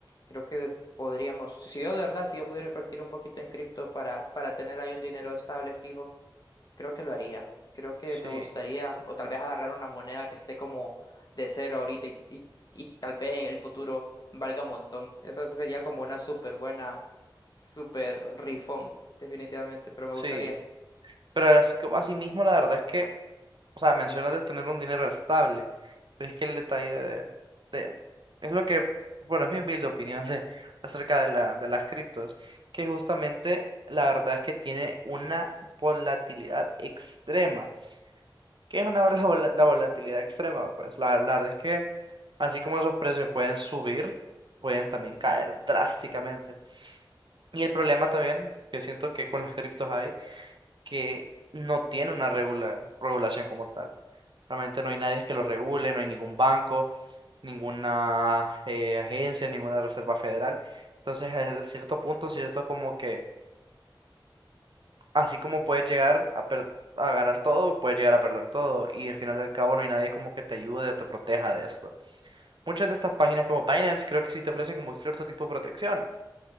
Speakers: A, on the left (about 50°); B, on the right (about 65°).
A: creo que podríamos, si yo de verdad, si yo pudiera invertir un poquito en cripto para, para tener ahí un dinero estable, fijo. Creo que lo haría. Creo que
B: Sí,
A: me gustaría, o tal vez agarrar una moneda que esté como de cero ahorita y, y, y tal vez en el futuro valga un montón. Esa sería como una súper buena, súper rifón, definitivamente, pero me
B: sí.
A: gustaría.
B: Pero así como asimismo, la verdad es que O sea, mencionas de tener un dinero estable, pero es que el detalle de, de- es lo que, bueno, es mi humilde opinión de, acerca de la, de las criptos, que justamente la verdad es que tiene una volatilidad extrema. ¿Qué es una, <laughs> la, vola- la volatilidad extrema? Pues la, la verdad es que así como esos precios pueden subir, pueden también caer drásticamente. Y el problema también que siento que con las criptos hay, que no tiene una regula, regulación como tal. Realmente no hay nadie que lo regule, no hay ningún banco, ninguna eh, agencia, ninguna reserva federal. Entonces, a cierto punto, cierto como que, así como puedes llegar a, per- a ganar todo, puedes llegar a perder todo. Y al final del cabo no hay nadie como que te ayude o te proteja de esto. Muchas de estas páginas como Binance creo que sí te ofrecen como cierto tipo de protección,